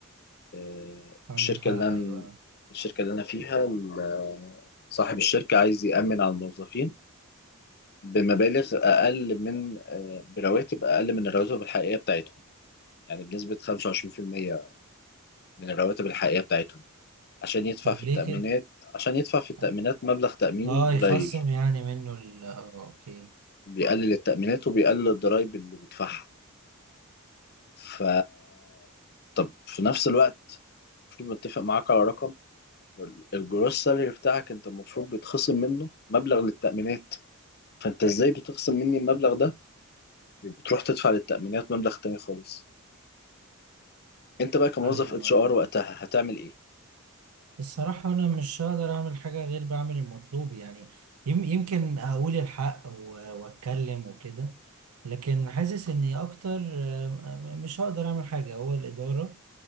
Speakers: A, on the left; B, on the right.
A: آه،
B: عندك
A: الشركة
B: حق
A: اللي
B: أيوه
A: أنا الشركة اللي أنا فيها ال- صاحب الشركة عايز يأمن على الموظفين بمبالغ أقل من آه، برواتب أقل من الرواتب الحقيقية بتاعتهم يعني بنسبة 25% من الرواتب الحقيقية بتاعتهم عشان يدفع
B: طب
A: في
B: ليه
A: التأمينات
B: كده؟
A: عشان يدفع في التأمينات
B: آه
A: مبلغ تأميني
B: آه،
A: قليل
B: يخصم يعني منه ال آه أوكي
A: بيقلل التأمينات وبيقلل الضرايب اللي بيدفعها ف طب في نفس الوقت المفروض متفق معاك على رقم الجروس سالري بتاعك انت المفروض بيتخصم منه مبلغ للتأمينات فانت ازاي بتخصم مني المبلغ ده وبتروح تدفع للتأمينات مبلغ تاني خالص انت بقى كموظف
B: أيوه
A: اتش ار وقتها هتعمل ايه
B: الصراحة أنا مش هقدر أعمل حاجة غير بعمل المطلوب يعني يم- يمكن أقول الحق و- وأتكلم وكده لكن حاسس إني أكتر آم، آم، مش هقدر أعمل حاجة هو الإدارة